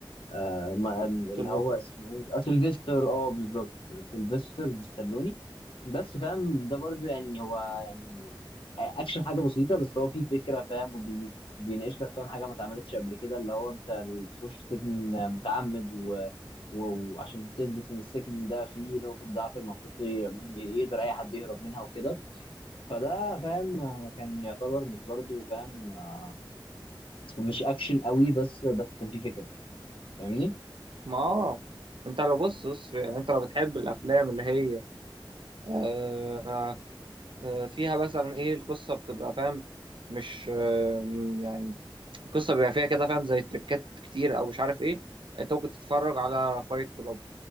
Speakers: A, on the left (about 80°); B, on the right (about 70°).
A: آه ما اللي
B: سيلفستر
A: هو اسمه ايه آه، سيلفستر اه بالظبط سيلفستر ستالوني بس فاهم ده برضو يعني هو يعني اكشن حاجه بسيطه بس هو فيه فكره فاهم وبي بيناقش لك فاهم حاجه ما اتعملتش قبل كده اللي هو انت تخش سجن متعمد و... و- وعشان تثبت ان السجن ده فيه نقطه ضعف المفروض ي- يقدر اي حد يهرب منها وكده فده فاهم آه، كان يعتبر مش برضو فاهم آه، مش اكشن قوي بس ده كان فيه فكره فاهمني؟
B: ما اه انت لو بص بص يعني انت لو بتحب الافلام اللي هي آه آه فيها مثلا ايه القصه بتبقى فاهم مش آه م- يعني القصه بيبقى فيها كده فاهم زي تريكات كتير او مش عارف ايه انت ممكن تتفرج على فايت كلاب